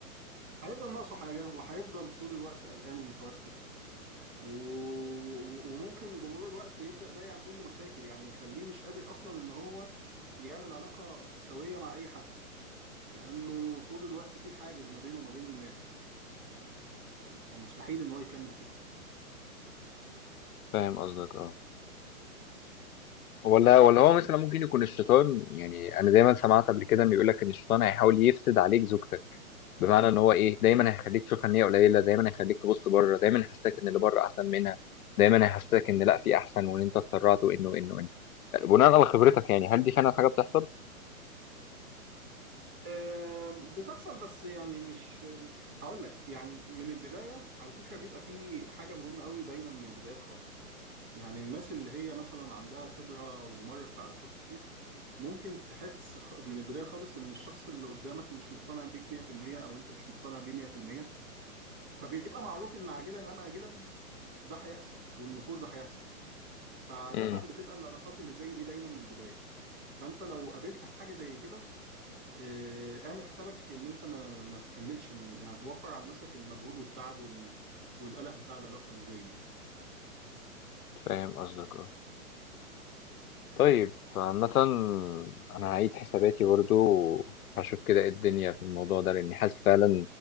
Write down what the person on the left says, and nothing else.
فاهم قصدك اه ولا ولا هو مثلا ممكن يكون الشيطان يعني انا دايما سمعت قبل كده انه يقول لك ان الشيطان هيحاول يفسد عليك زوجتك بمعنى ان هو ايه دايما هيخليك تشوف ان هي قليله دايما هيخليك تبص بره دايما هيحسسك ان اللي بره احسن منها دايما هيحسسك ان لا في احسن وان انت اتسرعت وانه انه انت بناء على خبرتك يعني هل دي فعلا حاجه بتحصل؟
امم
فاهم قصدك اه طيب عامة انا هعيد حساباتي برضو وهشوف كده ايه الدنيا في الموضوع ده لاني حاسس فعلا